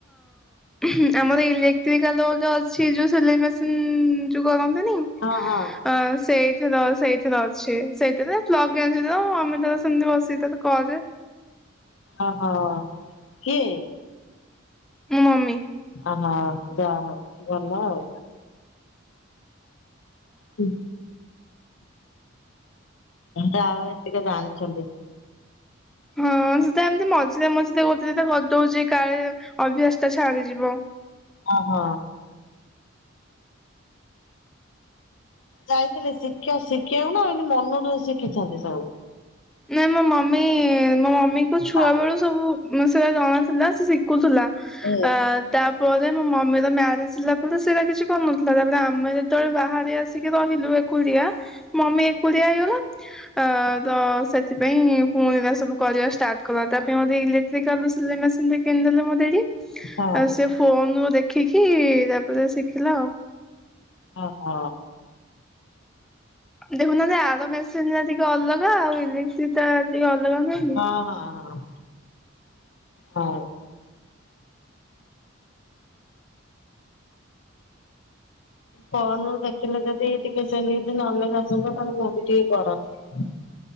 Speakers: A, in the centre; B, on the left (about 70°).
A: ହୁଁ ଆମର ଇଲେଟ୍ରିକାଲ ଯୋଉ ଗୋଟେ ଅଛି ଯୋଉ ସିଲେଇ ମେସିନ ଯୋଉ କରନ୍ <unintelligible>
B: ହଁ ହଁ
A: ଆ ସେଇଥିର ସେଇଥିରେ ଅଛି ସେଇଥିରେ ପ୍ଲକ୍ ଗେଞ୍ଜି ଦେବ ମମି ତାର ସେମତି ବସିକି କରେ।
B: ଓଃ ହୋ କିଏ?
A: ମୋ ମମି।
B: ହଁ ଯାହା ହଉ ଭଲ ଆଉ। ହୁଁ। ଯାହା ହଉ ଏତିକ ଜାଣିଛନ୍ତି।
A: ହଁ ସେ ତ ଏମିତି ମଝିରେ ମଝିରେ ଗୋଟେ ଦିଟା କରି ଦେଉଚି କାଳେ ଅଭ୍ୟାସ ଟା ଛାଡିଯିବ।
B: ଅଁ ହୋ। ଯାଇଥିଲେ ଶିଖା ଶିଖିବାକୁ ନା ଏମିତି ମନରୁ ଶିଖିଚିନ୍ତି ସବୁ?
A: ନାଇଁ ମୋ ମମି ମୋ ମମିକୁ ଛୁଆବେଳୁ
B: ନା
A: ସବୁ ଉଁ ସେରା ଜଣା ଥିଲା। ସେ ଶିଖୁଥିଲା
B: ହୁଁ
A: ଆ ତା ପରେ ମୋ ମମିର ମ୍ୟାରେଜ ହେଲା। ସେଟା ସେରା କିଛି କରୁନଥିଲା ତା ପରେ ଆମେ ଯେତେବେଳେ ବାହାରେ ଆସିକି ରହିଲୁ ଏକୁଟିଆ। ମମି ଏକୁଟିଆ ହେଇଗଲା ଆ ତ ନାଇଁ ପୁଣି ଏରା ସବୁ କରିବା ଷ୍ଟାଟ କଲା ତା ପାଇଁ ଗୋଟେ ଇଲେଟ୍ରିକାଲ ସିଲେଇ ମେସିନ ଦେ କିଣି ଦେଲେ ମୋ ଡାଡି।
B: ହଁ।
A: ଆଉ ସେ ଫୋନ ରୁ ଦେଖି ଖି ତା ପରେ ଶିଖିଲା ଆଉ।
B: ଓହୋ
A: ଦେଖୁନାହାନ୍ତି ଆର ମେସିନ ରା ଟିକେ ଅଲଗା ଆଉ ଇଲେଟ୍ରିକାଲ ଟିକେ ଅଲଗା ନୁହେଁ କି?
B: ହଁ ହଁ ହଁ ହଁ। ଫୋନ ରୁ ଦେଖିଲେ ଯଦି ଟିକେ ସେମିତି କିଛି ନଲେଜ ଆସନ୍ତା। ତାହେଲେ ମୁଁ ବି ଟିକେ କରନ୍ତି।